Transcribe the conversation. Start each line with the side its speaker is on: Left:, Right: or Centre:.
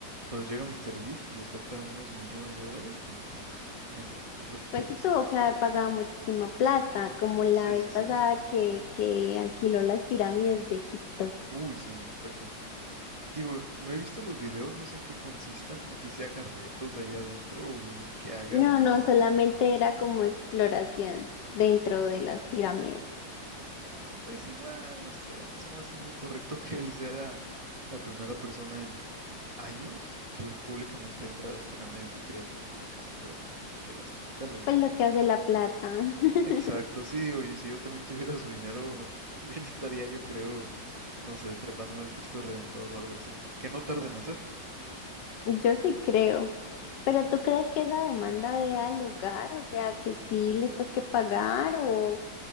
Right: pero llega Mister MrBeast y le suelta unos millones de dólares y ahí está, entra, haz lo que
Left: Pues
Right: quieras.
Left: sí tuvo que haber pagado muchísima plata, como la
Right: Sí,
Left: vez
Right: sí,
Left: pasada
Right: sí.
Left: que, que alquiló las pirámides de Egipto.
Right: Uy, sí, exacto. Digo, no he visto los videos, no sé en qué consistan, no sé si haga retos allá adentro o qué haga,
Left: No,
Right: pero
Left: no, solamente era como exploración dentro de las pirámides.
Right: Ay, pues igual, no sé, no se me hace muy correcto que él sea la primera persona en años que públicamente entra a las pirámides de aquí de Teotihuacán. Pero pues mira, ¿qué le hacemos? Ya lo hizo.
Left: Pues lo que hace la plata. <laughs>
Right: Exacto, sí, oye, si yo también tuviera su dinero, <laughs> también estaría, yo creo, no sé, trepándome al Cristo Redentor o algo así. Que no tarde en hacer.
Left: Yo sí creo. Pero ¿tú crees que esa demanda dé al lugar? O sea, que sí le toque pagar o...